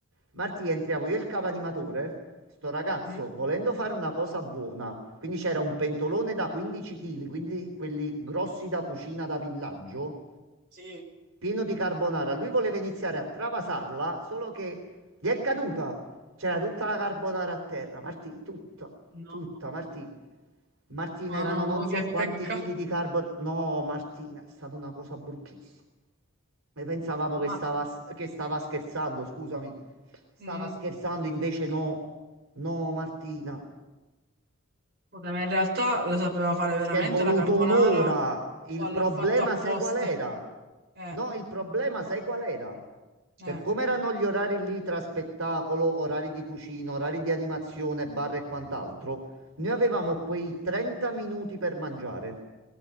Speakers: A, on the right; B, on the right.
A: Martì, entriamo io e il capo animatore. Sto ragazzo,
B: sì,
A: volendo fare una cosa buona, quindi c'era un pentolone da 15 kg, quindi quelli grossi da cucina da villaggio,
B: Sì.
A: pieno di carbonara. Lui voleva iniziare a travasarla, solo che gli è caduta. C'era tutta la carbonara a terra, Martì, tutta,
B: no,
A: tutta, Martì. Martina,
B: Ma
A: erano
B: no,
A: non so
B: che
A: quanti
B: peccato.
A: chili di carbonara. No, Martina, è stata una cosa bruttissima. Noi pensavamo
B: Ma
A: che stava, che stava scherzando, scusami. Stava
B: mm,
A: scherzando, invece no. No, Martina.
B: vabbè, ma in realtà la sapeva fare veramente
A: Ci è voluto
B: la carbonara
A: un'ora. Il
B: o l'ha
A: problema,
B: fatta apposta?
A: sai qual era?
B: Eh,
A: No, il problema, sai qual era? Per
B: eh.
A: come erano gli orari lì tra spettacolo, orari di cucina, orari di animazione, bar e quant'altro, noi avevamo quei 30 minuti per mangiare